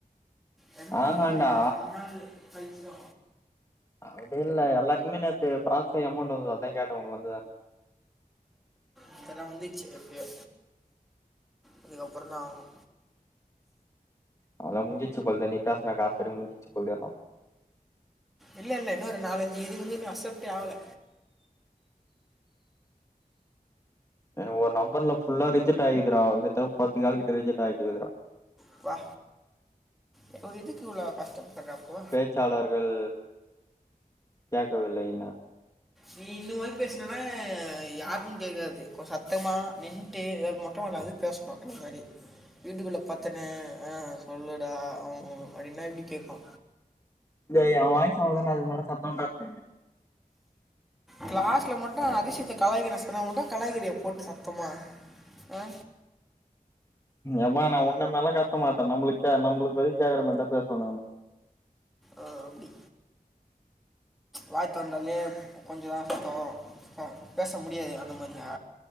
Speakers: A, in the centre; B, on the left.
A: ரெண் நாள்
B: ஆஹான்டா
A: கிட்ட ரெண்டு நாள் கழிச்சுதா
B: அப்டி இல்ல எல்லாருக்குமே நேத்து பராசஸ் அய் அமௌன்ட் வந்துது அதா கேட்ட உனக்கு வந்துதான்னு
A: அதலா வந்துச்சு எப்பயோ அதுக்கப்பறதா ஆவணு
B: அவல த முஞ்சிச்சி போல்தா நீ பேசினா காசு முஞ்சிச்சு போல் தேனோ
A: இல்ல இல்ல இன்னோரு நாலஞ்சுது வந்து இன்னு அசப்டே ஆகல
B: எனக்கொரு நம்பர்ல புல்லா ரிஜெக்ட் ஆகித்துடா <unintelligible> தேவ பத்து கால் கிட்ட ரிஜெக்ட் ஆகிட்டுக்குதுடா
A: ப்பா இப்போ இதுக்கு இவ்ளோ கஷ்டப்பறா அப்போ
B: ச்சாளர்கள் கேக்கவில்லைன்னா
A: நீ இந்தமார் பேசனனா யாருக்கு கேக்காது கொ சத்தமா நின்ட்டு மொட்ட மாட்ல வந்து பேசுனு இந்த மாரி வீட்டுக்குள்ள பத்துனு ஆ சொல்லுடா உ அப்டினா எப்டி கேக்கு
B: எ ஏன் வாய்ஸ் அவ்ளோதான்டா அதுக்கு மேல சத்தமா <unintelligible>
A: க்ளாஸ்க்ல மொட்டு அதிசயத்த கலாய்கிற சொன்னா மட்டு கலாய்கிறியே போட்டு சத்தமா அ
B: எப்பா நா உன்ன மார்லா கத்த மாட்ட நம்ளுக்க நம்ப்ளுக் பய் கே்கற மாத்தா பேஸ்ணுனு
A: அ அப்டி வாய்த்தொந்தாலே கொஞ்சுதா சத்தோ ஹு பேச முடியாது அந்த மரியா